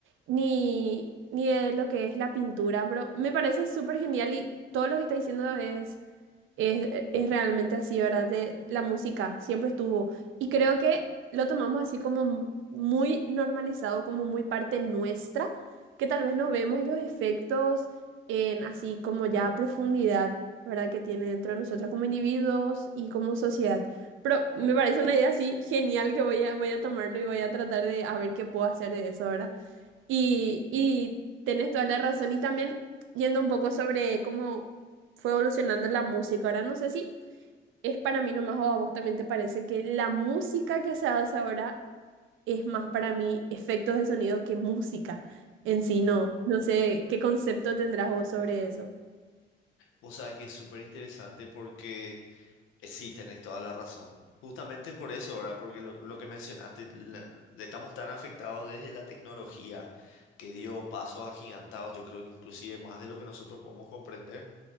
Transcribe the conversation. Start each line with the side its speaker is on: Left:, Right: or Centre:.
Right: ni, ni de lo que es la pintura. Pero me parece súper genial y todo lo que está diciendo es es, es realmente así, ¿verdad? De la música siempre estuvo. Y creo que lo tomamos así como mu- muy normalizado, como muy parte nuestra, que tal vez no vemos los efectos en así como ya a profundidad, ¿verdad? Que tiene dentro de nosotros como individuos y como sociedad. Pero me parece una idea así genial que voy a, voy a tomarlo y voy a tratar de a ver qué puedo hacer de eso, ¿verdad? Y, y tenés toda la razón. Y también yendo un poco sobre cómo fue evolucionando la música. Ahora no sé si es para mí nomás o a vos también te parece que la música que se hace ahora es más para mí efectos de sonido que música en sí.
Left: Ujú.
Right: No, no sé qué concepto tendrás vos sobre eso.
Left: Vos sabés que es súper interesante porque... Eh, Sí, tenés toda la razón. Justamente por eso, ¿verdad? Porque lo, lo que mencionaste, la- estamos tan afectados desde la tecnología que dio pasos agigantados, yo creo que inclusive más de lo que nosotros podemos comprender